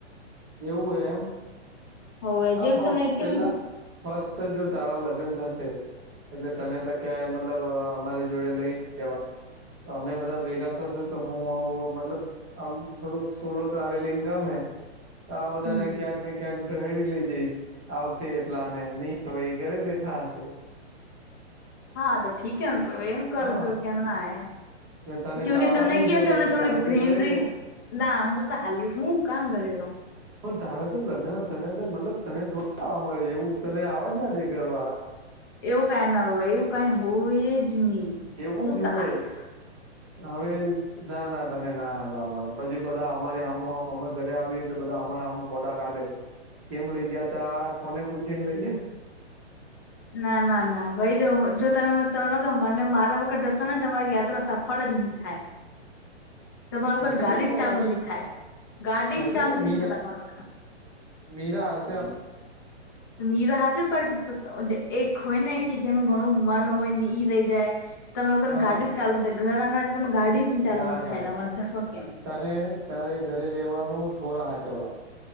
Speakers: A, on the right; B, on the left.
A: એવુ હોય એમ.
B: હવે
A: હા
B: જેમ
A: પણ
B: તમને
A: પેલા
B: કેમ
A: ફસ્ટ જો તારા લગ્ન થશે એટલે તને તો ક્યાંય મતલબ અમારી જોડે લઈ લેવા અમે બધા ભેગા થાશુ તો હું આવું મતલબ આમ થોડુંક સોલો ટ્રાવેલિંગ ગમે તો આ બધાને
B: હમ
A: ક્યાંક ને ક્યાંક દહેડી લઈ જઈશ, આવશે એટલાને નહી હવે ઘરે બેઠા હશે.
B: હા તો ઠીેકે ને તો એમ કરજો
A: હા
B: કેમા ના
A: ને તને
B: કેું
A: તો
B: કે
A: આવવા
B: તમને
A: નહી
B: કેમ
A: જડે
B: તમને
A: એટલે
B: થોડી
A: તારે
B: ગ્રીનરી
A: તો ઘરે જ રે
B: ના હું તો હાલીશ હું કા ઘરે રહો.
A: પણ તારે લગ્ન તને તો મતલબ તને થોડું આવા દે તને થોડું આવા દે ઘરવાળા
B: એવું કઈ ના હોય, એવું કઈ હોય જ નહી.
A: એવું
B: હું
A: જ હોય.
B: તો હાલીશ
A: હવે ના ના તને ના હલવા મળે પછી બધા અમારી આમું આમ અમે ઘરે આવી એટલે બધા અમારે આમુ ધોડા કાઢે કેમ લઇ ગયા તા કોને પૂછી ને લઇ ગયા
B: ના ના ના ભાઈ જો જો તમે ત મને મારા વખત જશો ને તમારી યાત્રા સફળ જ નહી. થાય. તમારા
A: થશે
B: લોકોને ગાડી
A: ને પણ
B: જ ચાલુ
A: અમે
B: નહી થાય, ગાડી
A: થશે
B: જ ચાલુ
A: ને
B: નહી
A: મીરા
B: થાય તમારા લોકો ના.
A: મીરા હશે
B: મીરા હશે, પણ એક હોય ને કે જેનું ઘણું મન હોય ને ઈ રહી જાય તમે લોકો
A: હા
B: ને ગાડી જ ચાલુ ન થાય ઘરઆંગણા માં તમે લોકોની ગાડી જ ને ચાલુ
A: ના ના
B: થાય તમારે
A: ના
B: જશો કેમ?
A: તારે ઘરે રેવાનું છોરા હાચવવા.